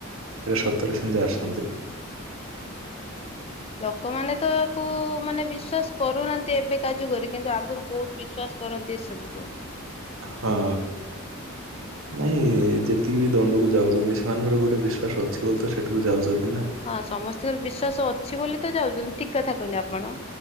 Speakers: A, on the right; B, on the left.
A: ସେଟା ସତରେ ସେନ୍ତି ଆସନ୍ତି।
B: ଲୋକମାନେ ତ ତାକୁ ମାନେ ବିଶ୍ଵାସ କରୁନାହାନ୍ତି ଏବେ କା ଯୁଗ ରେ କିନ୍ତୁ ଆଗରୁ ବହୁତ ବିଶ୍ୱାସ କରନ୍ତି ଏସବୁକୁ।
A: ହଁ। ନାଇଁ ଯେତିକି ବି ଦଣ୍ଡକୁ ଯାଉଛନ୍ତି ସେମାନଙ୍କର ଗୋଟେ ବିଶ୍ଵାସ ଅଛି ବୋଲି ତ ସେଠିକୁ ଯାଉଛନ୍ତି ନା।
B: ହଁ ସମସ୍ତିଙ୍କର ବିଶ୍ୱାସ ଅଛି ବୋଲି ତ ଯାଉଛନ୍ତି ଠିକ୍ କଥା କହିଲେ ଆପଣ